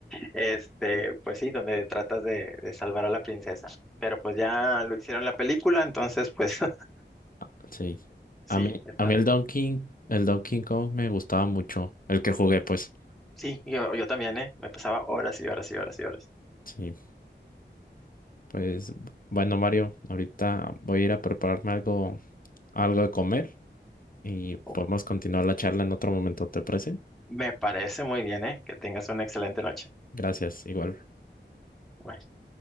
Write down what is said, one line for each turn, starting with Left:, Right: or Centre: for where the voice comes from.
Centre: Este, pues sí, donde tratas de, de salvar a la princesa. Pero pues ya lo hicieron la película, entonces pues <laughs>
Left: ah, sí.
Centre: sí,
Left: A mí,
Centre: está,
Left: a mí el Donkey, el Donkey Kong me gustaba mucho, el que jugué, pues.
Centre: sí, yo, yo también, ¿eh? Me pasaba horas y horas y horas y horas.
Left: Sí, pues bueno, Mario, ahorita voy a ir a prepararme algo, algo de comer y podemos
Centre: Oh,
Left: continuar la charla en otro momento, ¿te parece?
Centre: Me parece muy bien, ¿eh? Que tengas una excelente noche.
Left: Gracias, igual.
Centre: Bye.